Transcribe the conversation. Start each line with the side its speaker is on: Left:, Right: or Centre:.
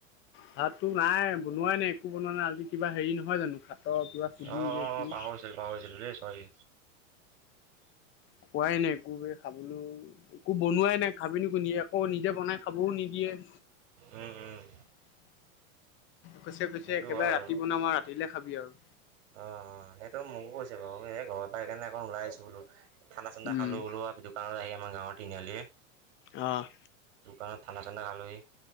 Left: ভাততো নাই বনোৱাই নাই একো বনোৱা নাই আজি কিবা হেৰি নহয় জানো ভাতৰ কিবা সুধি
Right: অঁ
Left: নে
Right: অ
Left: কি
Right: অ পাহৰিছিল পাহৰিছিলো দেই চৰি
Left: খোৱাই নাই একোকেই খাবলৈও- একো বনোৱাই নাই খাবি ন কো নিয়ে আকৌ নিজে বনাই খাবও নিদিয়ে-
Right: উম উম-
Left: কৈছে কৈছে
Right: সেইটো
Left: একেবাৰে
Right: হয় বাৰু।
Left: ৰাতি বনাম আৰু ৰাতিলে খাবি আৰু-
Right: অ অ সেইটো মোকো কৈছে বাৰু এই ঘৰৰ পৰা সেইকাৰেকণ ওলাই আছো বোলো- ঠাণ্া চাণ্া
Left: উম
Right: খালো বোলো আৰু দোকানত আহি আমাৰ গাঁৱ তিনিআলি-
Left: অঁ-
Right: দোকানত ঠাণ্ডা চানাা খালোহি-